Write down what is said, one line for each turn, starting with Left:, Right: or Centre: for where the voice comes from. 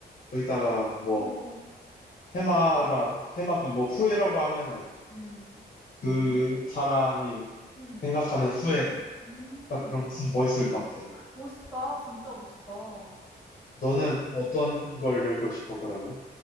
Left: 거기다가 뭐
Centre: 오,
Left: 테마라
Centre: 좋다.
Left: 테마가 뭐 후회라고 하면은
Centre: 음.
Left: 그 사람이
Centre: 음.
Left: 생각하는 후회
Centre: 음.
Left: 딱 그런 거 쓰면 멋있을 것 같아.
Centre: 멋있다. 진짜 멋있다.
Left: 너는 어떤 걸 열고 싶어 그러면?